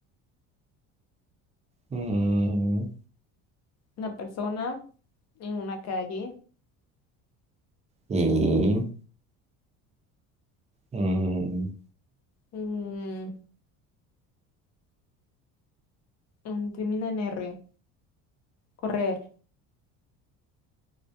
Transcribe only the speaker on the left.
Una persona en una calle.
Mm, mm, termina en R. Correr.